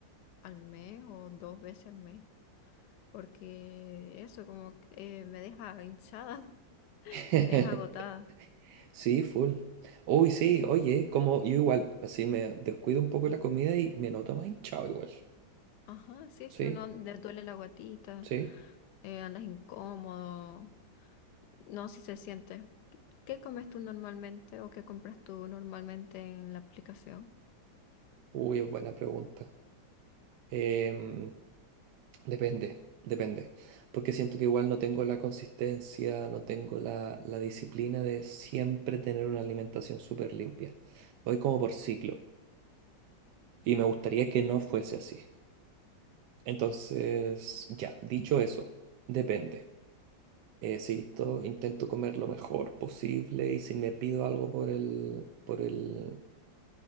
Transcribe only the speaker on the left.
al mes o dos veces al mes. Porque eso como que, eh, me deja hinchada,
<laughs> me deja agotada.
Ajá, sí,
si uno le duele la guatita,
eh, andas incómodo, no, si se siente. ¿Qué qué comes tú normalmente o qué compras tú normalmente en la aplicación?